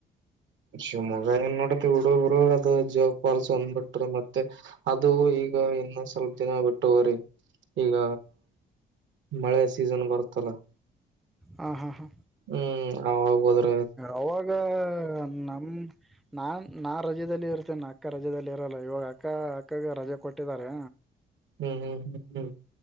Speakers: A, on the right (about 70°); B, in the centre.
A: ಶಿವಮೊಗ್ಗ <unintelligible> ತು ಬಿಡು ಗುರು ಅದು ಜೋಗ ಫಾಲ್ಸ್ ಹೊಂದ್ ಬಿಟ್ರಿ ಮತ್ ತ್ ಅದು ಈಗ ಇನ್ನು ಸ್ವಲ್ಪ ದಿನ ಬಿಟ್ಟುುರಿ ಈಗ ಮಳೆ ಸೀಸನ್ ಬರುತ್ತಲ್ಲ
B: ಹ ಹಾ ಹಾ
A: ಹ್ಮ್ ಅವಗೋದ್ರೆ
B: ಅವಾಗ ಸ ನಮ್ ನಾನ್ ನಾ ರಜದಲ್ಲಿ ಇರ್ತೇನೆ ನ ಅಕ್ಕ ರಜ ಇರಲ್ಲ ಇವಾಗ ಅಕ್ಕ ಅಕ್ಕಗೆ ರಜೆ ಕೊಟ್ಟಿದ್ದಾರೆ
A: ಹ್ಮ್ ಹ್ಮ್ ಹ್ಮ್ ಹ್ಮ್